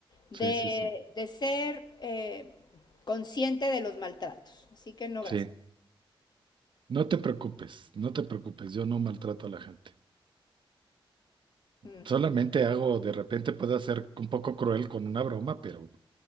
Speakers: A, on the left; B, on the right.
A: de,
B: Sí, sí, sí.
A: de ser eh, consciente de los maltratos. Así que no,
B: Sí.
A: gracias.
B: No te preocupes, no te preocupes, yo no maltrato a la gente.
A: Mm.
B: Solamente hago, de repente puedo ser un poco cruel con una broma, pero,